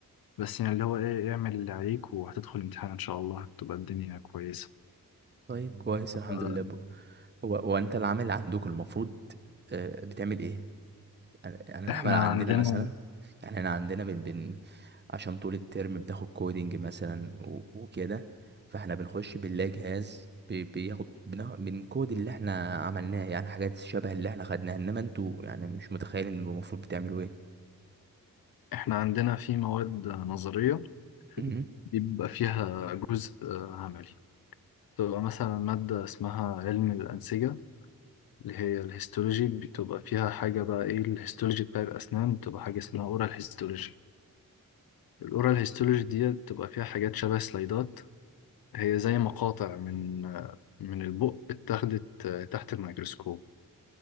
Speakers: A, on the left; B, on the right.
A: بس يعني اللي هو إيه اعمل اللي عليك وهتدخل امتحان إن شاء الله هتبقى الدنيا كويسة
B: طيب كويس الحمد
A: آه،
B: لله ب- هو هو انت العمل عندك المفروض آه بتعمل ايه يعني يعني العمل
A: احنا
B: عندنا
A: عندنا
B: مثلا يعني احنا عندنا بن بن عشان طول الترم بتاخد كودينج مثلا و- وكده فاحنا بنخش بنلاقي جهاز بي- بياخد بنا- بنكود اللي احنا عملناه يعني حاجات شبه اللي احنا خدناها انما انتوا يعني مش متخيلين انه المفروض بتعملوا ايه
A: احنا عندنا في مواد نظرية
B: مم.
A: بيبقى فيها جزء آه، عملي بتبقى مثلا مادة اسمها علم الأنسجة اللي هي الهيستولوجي بتبقى فيها حاجة بقى ايه الهيستولوجي بتاع الأسنان بتبقى حاجة اسمها اورال هيستولوجي الاورال هيستولوجي دي بتبقى فيها حاجات شبه سلايدات هي زي مقاطع من آه، من البق اتاخدت آه، تحت الميكروسكوب